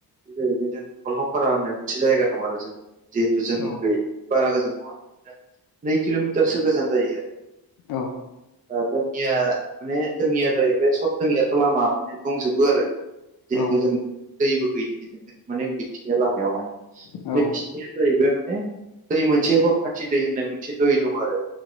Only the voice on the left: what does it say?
औ औ
औ
जायो औ
औ